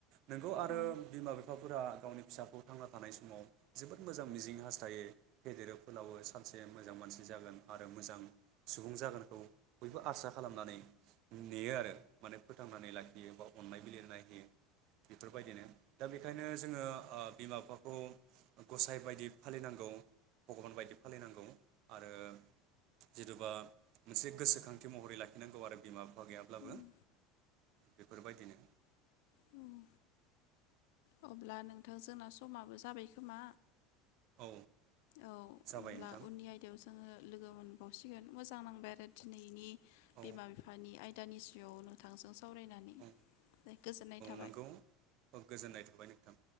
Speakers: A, on the right; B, on the left.
A: नोंगौ आरो
B: औ
A: बिमा बिफाफोरा गावनि फिसाखौ थांना थानाय समाव जोबोद मोजां मिजिं हास्थायो फेदेरो फोलावो सानसे मोजां मानसि जागोन आरो मोजां सुबुं जागोनखौ बयबो आसा खालामनानै नेयो आरो माने फोथांनानै लाखियो बा अन्नाय बिलिरनाय होयो बेफोरबायदिनो दा बेखायनो जोङो ओ बिमा बिफाखौ गसाइ बायदि फालिनांगौ। भगबान बायदि फालिनांगौ। आरो जिथुबा मोनसे गोसोखांथि महरै लाखिनांगौ आरो बिमा बिफ बिफा गैयाब्लाबो
B: औ
A: बेफोरबायदिनो
B: उम। अब्ला नोंथां जोंना समाबो जाबाय खोमा?
A: औ
B: औ
A: जाबाय
B: होमब्ला
A: नोंथां
B: उननि आयदायावसो जोङो लोगो मोनबावसिगोन मोजां नांबाय आरो दिनैनि
A: औ
B: बिमा बिफानि आयदानि सायाव नोंथांजों सावरायनानै
A: औ
B: गोजोननाय थाबाय।
A: नंगौ औ गोजोननाय थाबाय नोंथां।